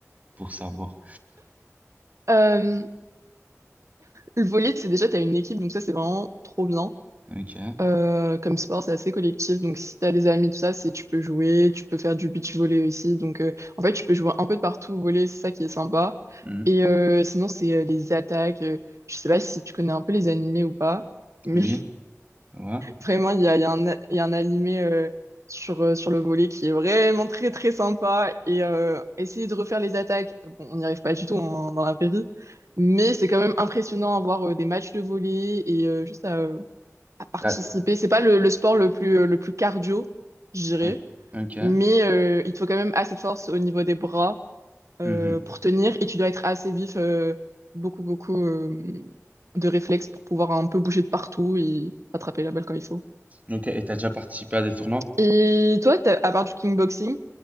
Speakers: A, on the right (about 30°); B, on the right (about 70°).
A: pour savoir.
B: Euh, le volley, c'est déjà, t'as une équipe, donc ça, c'est vraiment trop bien.
A: Ok.
B: Euh, comme sport, c'est assez collectif. Donc, si t'as des amis, tout ça, c'est tu peux jouer, tu peux faire du beach volley aussi. Donc, euh, en fait, tu peux jouer un peu de partout au volley, c'est ça qui est sympa.
A: Hmm.
B: Et euh, sinon, c'est euh, les attaques. euh, je sais pas si tu connais un peu les animés ou pas, mais
A: Oui, ouais.
B: Vraiment, il y a, il y a un, il y a un animé euh, sur, euh, sur le volet qui est vraiment très très sympa. Et euh, essayer de refaire les attaques, bon, on n'y arrive pas du tout en- dans la vraie vie, mais c'est quand même impressionnant à voir euh, des matchs de volley et euh, juste à, euh, à participer.
A: T'as-
B: C'est pas le, le sport le plus, euh, le plus cardio, je dirais,
A: oui. Ok.
B: mais euh, il te faut quand même assez de force au niveau des bras euh,
A: Mhm.
B: pour tenir et tu dois être assez vif, euh, beaucoup beaucoup euh, de réflexes pour pouvoir un peu bouger de partout et attraper la balle quand il faut.
A: Ok, et t'as déjà participé à des tournois?
B: Et toi, t'as- à part du kickboxing,